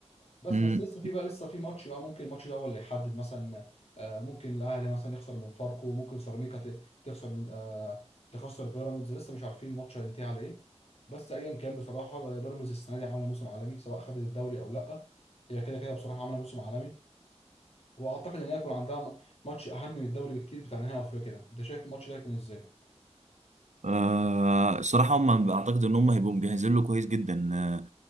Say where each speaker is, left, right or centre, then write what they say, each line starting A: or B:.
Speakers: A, on the left; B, on the right.
A: بس
B: امم
A: بس لسه في بقى لسه في ماتش بقى ممكن الماتش ده هو اللي يحدد مثلا آه، ممكن الاهلي مثلا يخسر من فاركو ممكن سيراميكا ت- تخسر من آه، تخسر بيراميدز لسه مش عارفين الماتش هينتهي على ايه بس ايا كان بصراحه بيراميدز السنه دي عامله موسم عالمي سواء خدت الدوري او لا هي كده كده بصراحه عامله موسم عالمي واعتقد ان هي يكون عندها م- ماتش اهم من الدوري بكتير بتاع نهائي افريقيا ده انت شايف الماتش ده هيكون ازاي؟
B: آه الصراحه هم بعتقد ان هم هيبقوا مجهزين له كويس جدا آه